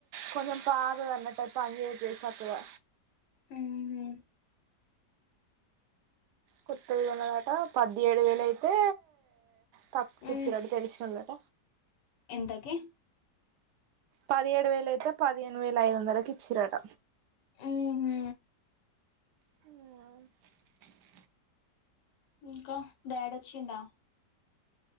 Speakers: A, on the right; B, on the left.
A: కొంచెం పాతద అన్నట్ అది చెయ్యది చేయది సక్కగా
B: ఉమ్
A: కొత్తది కొన్నదట పదిహేడు వేలు అయితే తక్కుకిచిరాట
B: ఊ
A: తెలిసినోళ్ళట
B: ఎంతకి
A: పదిహేడు వేల అయితే పదిహేను వేల ఐదు వందలకి ఇచ్చిరట
B: ఆహ
A: ఆ
B: ఇంకా డాడ్ వచ్చిండా